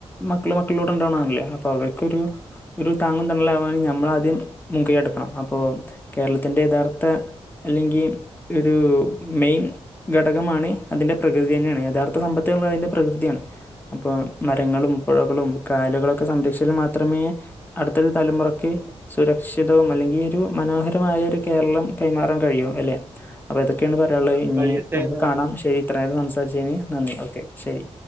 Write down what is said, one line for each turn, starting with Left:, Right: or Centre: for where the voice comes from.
Left: മക്കളും മക്കളിലൂടെയുണ്ടാവണം ല്ലേ അപ്പൊ അവർക്കൊരു ഒരു താങ്ങും തണലാവാന് നമ്മളാദ്യം മുങ്കയ് എടുക്കണം അപ്പൊ കേരളത്തിന്റെ യഥാർത്ഥ അല്ലെങ്കി ഒരു മെയിൻ ഘടകമാണ് അതിൻ്റെ പ്രകൃതി തന്നെയാണ് യഥാർത്ഥ സമ്പത്ത് നമ്മൾ അതിൻ്റെ പ്രകൃതിയാണ് അപ്പൊ മരങ്ങളും
Right: ഉം
Left: പുഴകളും കായലുകളൊ ക്കെ സംരക്ഷിച്ചാൽ മാത്രമേ അടുത്തൊരു തലമുറക്ക് സുരക്ഷിതവും അല്ലെങ്കി ഒരു മനോഹരമായ പുതിയൊരു കേരളം കൈമാറാൻ കഴിയു അല്ലെ അപ്പൊ ഇതൊക്കെയാണ് പറയാനുള്ളത്
Right: ഉം
Left: ഇനി
Right: കഴിയട്ടെ
Left: നമുക്ക്
Right: എന്ന്
Left: കാണാം
Right: ആശംസിക്കുന്നു
Left: ശരി ഇത്ര നേരം സംസാരിച്ചേന് നന്ദി ഓക്കെ ശരി